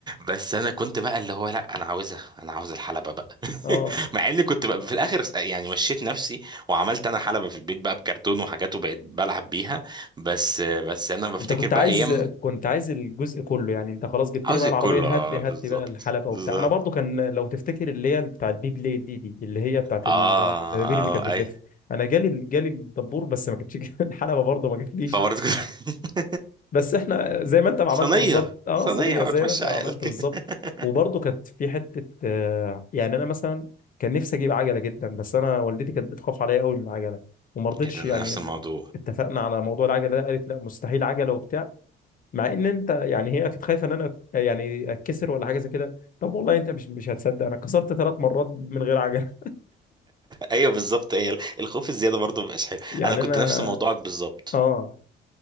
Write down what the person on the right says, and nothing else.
بس انا كنت بقى اللي هو لا انا عاوزها انا عاوز الحلبة بقى
<laughs> مع اني كنت بقى في الاخر يعني مشيت نفسي وعملت انا حلبة في البيت بقى بكرتون وحاجات وبقيت بلعب بيها بس بس انا بفتكر
بقى
ايام
عاوز
كله
اه
بالظبط
بالظبط
اه
اه
اي
فبرضه كده <laughs>
صينية
صينية
وهتمشي
عيالك
<laughs>
ايه ده انا
نفس الموضوع
ايوه بالظبط هي الخوف الزيادة برضه مبقاش
حلو
انا كنت
نفس موضوعك بالظبط